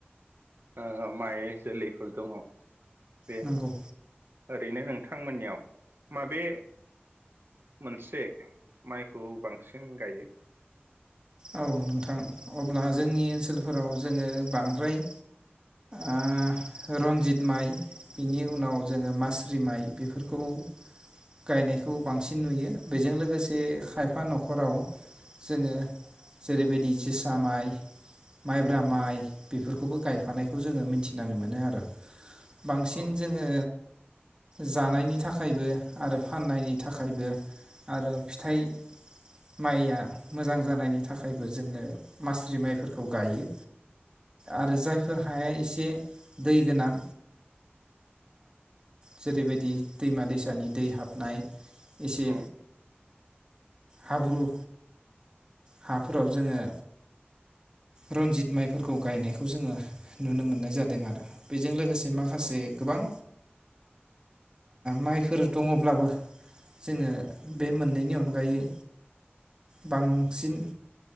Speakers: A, on the right (about 65°); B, on the right (about 20°).
A: ओ माइ जोलैफोर दङ बे
B: नंगौ
A: ओरैनो नोंथांमोननियाव माबे मोनसे माइखौ बांसिन गायो?
B: औ नोंथां अब्ला जोंनि ओनसोलफोराव जोंङो बांद्राय ओ रन्जित माइ बिनि उनाव जोऔङो मास्रि माइ बेफोरखौ
A: <inaudible>
B: गायनायखौ बांसिन नुयो बेजों लोगोसे बे
A: उम
B: खायफा न'खराव जोङो जेरैबायदि जोसा माइ माइब्रा
A: उम
B: माइ बेफोरखौबो गायफानायखौ जोंङो मिथिनानै मोनो आरो। बांसिन
A: औ
B: जोंङो जानायनि थाखायबो आरो फाननायनि थाखायबो आरो फिथाइ माइया मोजां जानायनि था थाखायबो जोंङो मास्रि माइफोरखौ गायो आरो
A: औ
B: जायफोर हाया एसे से दै गोनां जेरैबायदि ओ दैमा दैसानि दै हाबनाय एसे
A: उम
B: हाब्रु हाफोराव जोंङो रनजित माइफोरखौ गायनायखौ जोंङो नुनो मोननाय जादों आरो बेजों लोगोसे माखासे
A: औ
B: गोबां माइफोर दङब्लाबो जोंङो बे मोननैनि अनगायै बांसिन